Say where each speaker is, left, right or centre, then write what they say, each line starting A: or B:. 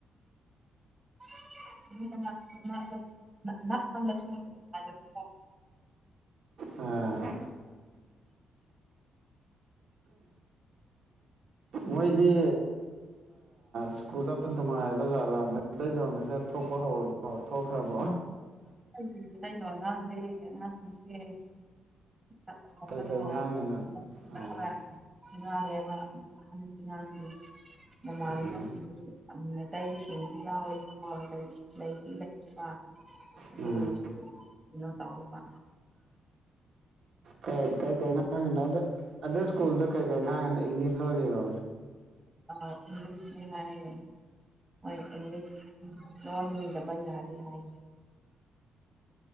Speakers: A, on the right (about 25°); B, on the right (about 65°).
A: <unintelligible>
B: ꯑꯥ ꯃꯣꯏꯗꯤ ꯁ꯭ꯀꯨꯜ ꯆꯠꯄ ꯅꯨꯡꯉꯥꯏꯕ ꯖꯥꯠꯂꯥ ꯃꯩꯇꯩꯂꯣꯟꯗꯤ ꯈꯔ ꯊꯣꯛꯄ ꯍꯧꯔꯕꯣ ꯊꯣꯛꯈ꯭ꯔꯕꯣ
A: ꯃꯩꯇꯩꯂꯣꯟ ꯉꯥꯡꯗꯦ ꯑꯉꯥꯡꯁꯤꯡꯁꯦ <unintelligible>
B: ꯀꯩꯀꯩ ꯉꯥꯡꯉꯤꯅꯣ ꯑꯥ
A: ꯈꯔ ꯉꯥꯡꯉꯦꯕ ꯑꯗꯨ ꯑꯍꯟ ꯉꯥꯡꯗꯦ ꯃꯃꯥꯟꯅꯕꯁꯤꯡ
B: ꯎꯝ
A: ꯃꯇꯩꯒꯤ ꯌꯥꯎꯑꯦꯕꯀꯣ ꯂꯩꯒꯤ ꯂꯩꯇ꯭ꯔꯤꯕ ꯑꯗꯨ
B: ꯎꯝ
A: ꯑꯣꯏꯔꯁꯨ ꯀꯩꯅꯣ ꯇꯧꯋꯦꯕ
B: ꯀꯩ ꯀꯩꯥ ꯉꯥꯡꯏꯅꯣ ꯑꯗꯨ ꯁ꯭ꯀꯨꯜꯗ ꯀꯩ ꯀꯩ ꯉꯥꯡꯏꯅꯣ ꯏꯪꯂꯤꯁ ꯂꯣꯂꯤꯔꯣ
A: ꯑ ꯏꯪꯂꯤꯁꯅꯦ ꯍꯥꯏꯌꯦ ꯍꯣꯏ ꯏꯪꯂꯤꯁ ꯂꯣꯟꯗꯕ ꯌꯥꯗꯦ ꯍꯥꯏꯔꯦ